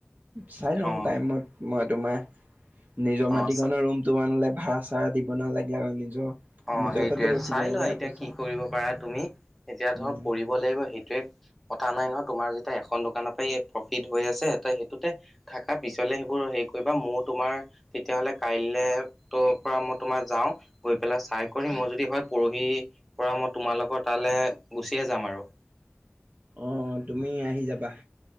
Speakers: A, on the right; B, in the centre.
A: চাই লওঁ,
B: অ',
A: টাইমত মই তোমাৰ নিজৰ
B: অ',
A: মাটিকণৰ ৰুমটো বানলে ভাড়া-চাড়া দিব নালাগে আৰু নিজৰ
B: অ',
A: নিজৰ
B: সেইটোৱে,
A: তাতে ৰখি
B: চাই
A: যাব
B: লোৱা
A: এয়া
B: এতিয়া
A: পইচা
B: কি কৰিব পাৰা তুমি, এতিয়া
A: উম
B: ধৰ কৰিব লাগিব সেইটোৱে কথা নাই নহয়, তোমাৰ, যেতিয়া এখন দোকানৰ পৰাই প্ৰফিট হৈ আছে, তে সেইটোতে থাকা পিছলে সেইবোৰ হেৰি কৰিবা মোৰো তোমাৰ তেতিয়াাহ'লে কাইলে ত' পৰা মই তোমাৰ যাও। গৈ পেলাই চাই কৰি মই যদি হয়, পৰহি পৰা মই তোমালোকৰ তালৈ গুচিয়ে যাম আৰু।
A: অ', তুমি আহি যাবা।